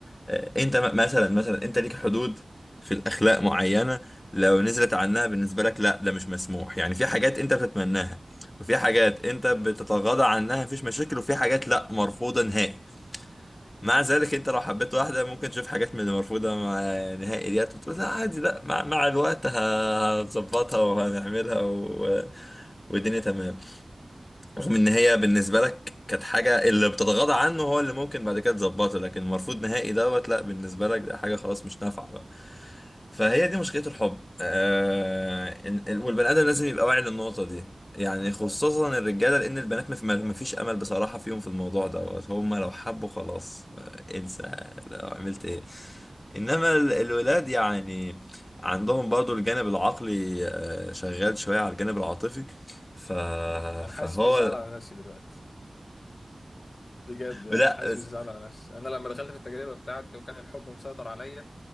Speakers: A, on the left (about 35°); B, on the left (about 65°).
A: آه، انت م- مثلا مثلا انت ليك حدود في الاخلاق معينه لو نزلت عنها بالنسبه لك لا ده مش مسموح يعني في حاجات انت بتتمناها وفي حاجات انت بتتغاضى
B: جميل
A: عنها مفيش مشاكل وفي حاجات لا مرفوضه نهائي مع ذلك انت لو حبيت واحده ممكن تشوف حاجات من المرفوضه مع- نهائي ديت وتقول لا عادي لا مع, مع الوقت ه- هنظبطها وهنعملها و... والدنيا تمام رغم ان هي بالنسبه لك كانت حاجه اللي بتتغاضى عنه هو اللي ممكن بعد كده تظبطه لكن المرفوض نهائي دوت لا بالنسبه لك ده حاجه خلاص مش نافعه بقى فهي دي مشكله الحب آه إن- إن- والبني ادم لازم يبقى واعي للنقطه دي يعني خصوصا الرجاله لان البنات ما في- ما فيش امل بصراحه فيهم في الموضوع دوت هم لو حبوا خلاص ما- انسى لو عملت ايه انما ال- الولاد يعني عندهم برضو الجانب العقلي آه، شغال شويه على الجانب العاطفي ف...
B: انا حاسس
A: فهو
B: بالزعل على نفسي دلوقتي بجد يعني
A: لا
B: حاسس
A: بس
B: بالزعل على نفسي انا لما دخلت في التجربه بتاعتي وكان الحب مسيطر عليا